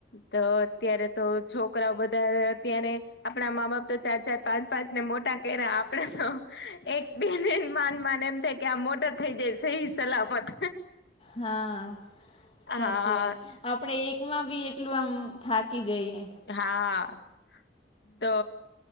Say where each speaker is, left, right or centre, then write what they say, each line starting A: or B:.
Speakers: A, on the left; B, on the left.
A: તો અત્યારે તો છોકરાઓ બધા અત્યારે આપણા મા બાપ તો ચાર ચાર પાંચ તને મોટા કર્યા આપડે તો એક બે માન માન એમ થાય કે આમ મોટા થઈ જાય સહી સલામત
B: હા સાચી
A: હા
B: વાત આપડે એકમાં બી એક એટલું આમ થાકી જઈએ
A: હા તો